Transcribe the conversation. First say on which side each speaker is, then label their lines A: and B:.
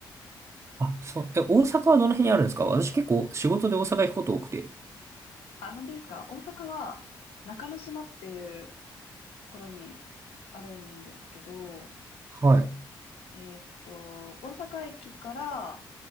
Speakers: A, on the right (about 30°); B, on the left (about 75°).
A: あ、そう、え、大阪はどの辺にあるんですか私結構仕事で大阪行くこと多くて。
B: あ、本当ですか大阪は中之島っていうところにあるんですけど、
A: はい。
B: えーっと、大阪駅から、